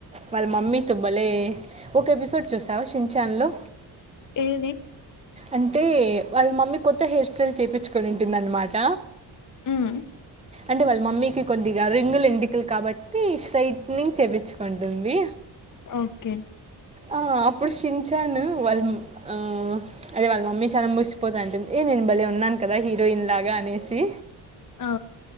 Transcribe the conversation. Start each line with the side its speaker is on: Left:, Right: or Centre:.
Right: వాళ్ళ మమ్మీ తో భలే ఒక ఎపిసోడ్ చూసావా షిన్ షాన్లో
Left: ఏది
Right: అంటే వాళ్ళ మమ్మీ కొత్త హేర్ స్టేల్ చేపిచ్చుకొనిన్ టుందన్నమాట
Left: ఉమ్
Right: అంటే వాళ్ మమ్మీకి కొద్దిగా రింగులు ఎంటికులు కాబట్టి స్ట్రైట్నింగ్ చేపిచ్చు <unintelligible> అంటుంది
Left: ఓకే
Right: ఆ అప్పుడు షిన్ చాన్ వాళ్ళు ఆ అదే వాళ్ళ మమ్మీ చాలా మురిసిపోతాంటుంది ఏ నేను భలే ఉన్నాను కదా హీరోయిన్ లాగా అనేసి
Left: ఆ